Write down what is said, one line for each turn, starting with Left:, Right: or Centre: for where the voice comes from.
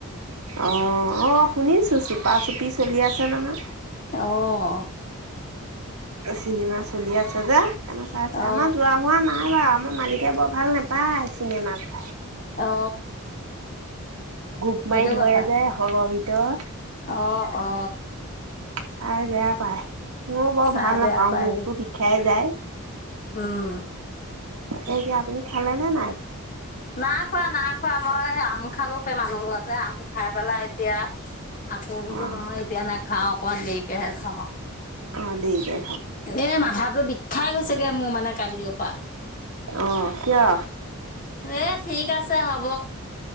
Right: অ অ শুনিছো চোপা চুপি চলি আছে নহয়।
Left: অ!
Right: চিনেমা, চলি আছে যে সেইকানে চাই চে
Left: অ
Right: আমাৰ যোৱা হোৱা নাই বাৰু আমাৰ মালিক এতিয়া বৰ ভাল নাপায় চিনেমাত,
Left: অ
Right: গোপ
Left: সেইটো
Right: মাৰি ধৰে
Left: কথা
Right: যে হলৰ ভিতৰত
Left: অ অ!
Right: চাই বেয়া পায়। ময় বৰ
Left: চাই
Right: ভাল
Left: বেয়া
Right: নাপাওঁ
Left: পায়
Right: মোৰতো বিষাই যায়।
Left: উম!
Right: তাকে এতিয়া আপুনি খালে নে নাই্,
Left: না খোৱা না খোৱা মই আম খালো সেই মানুহ ঘৰতে আম খাই পেলাই এতিয়া, আকৌ বোলো
Right: অ
Left: নহয় এতিয়া নাক খাওঁ অকমান দেৰিকেহে খামা আৰু
Right: অ! দেইকে
Left: এ মাথাতটো বিখ খাই গৈছেগে মোৰ মানে কালি অপা
Right: অ কিয়
Left: এ ঠিক আছে হব